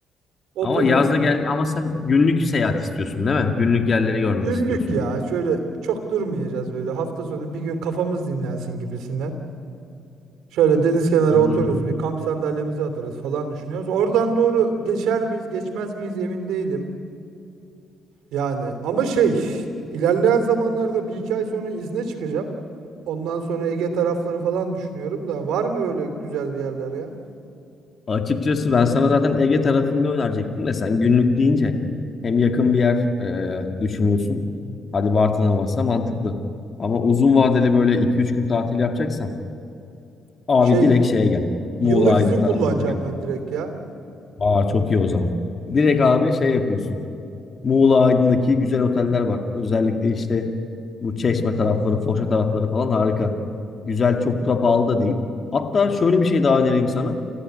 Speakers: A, on the right (about 85°); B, on the left (about 40°).
A: Otururuz
B: Ama yaz da geldi ama sen günlük seyahat istiyorsun değil mi? Günlük yerleri görmek
A: Günlük
B: istiyorsun.
A: ya. Şöyle çok durmayacağız böyle. Hafta sonu bir gün kafamız dinlensin gibisinden. Şöyle deniz kenarı
B: Anladım.
A: otururuz. Bir kamp sandalyemizi atarız falan düşünüyoruz. Oradan doğru geçer miyiz, geçmez miyiz emin değilim. Yani ama şey ilerleyen zamanlarda bir iki ay sonra izne çıkacağım. Ondan sonra Ege tarafları falan düşünüyorum da var mı böyle güzel bir yerler ya?
B: Açıkçası ben sana zaten Ege tarafında önerecektim de sen günlük deyince hem yakın bir yer e, düşünüyorsun. Hadi Bartın'a varsa mantıklı. Ama uzun vadeli böyle iki üç gün tatil yapacaksan Abi
A: Şey
B: direkt şeye gel.
A: yıllık
B: Muğla Aydın
A: izin
B: taraflarına
A: kullanacağım
B: gel.
A: ben direkt ya.
B: Aa çok iyi o zaman. Direkt abi şey yapıyorsun. Muğla Aydın'daki güzel oteller var. Özellikle işte bu Çeşme tarafları, Foça tarafları falan harika. Güzel, çok da pahalı da değil. Hatta şöyle bir şey daha önereyim sana.